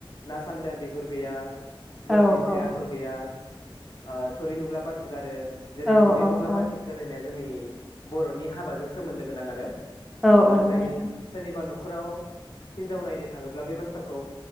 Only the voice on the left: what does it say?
ना सान्दाया बिगुर गैया गलामनि
फिसाया
आखल गैया थुरि नुब्ला बाथ थि गारो जेरै
थुरि नुब्ला
बाथिगारो होननाया जोंनि बर'नि हाबाजों सोमोन्दो गोनां आरो
ओ
जाय
सोरनिबा नख न'खराव हिनजाव नायनो थाङोब्ला बे बाथ्राखौ